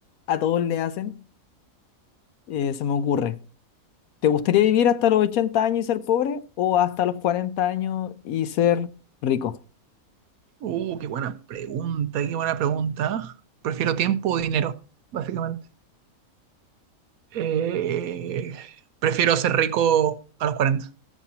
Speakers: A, on the left; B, on the right.
A: a todos le hacen, eh, se me ocurre. ¿Te gustaría vivir hasta los 80 años y ser pobre o hasta los 40 años y ser rico?
B: Uh, qué buena pregunta, qué buena pregunta. Prefiero tiempo o dinero, básicamente. Eh, prefiero ser rico a los 40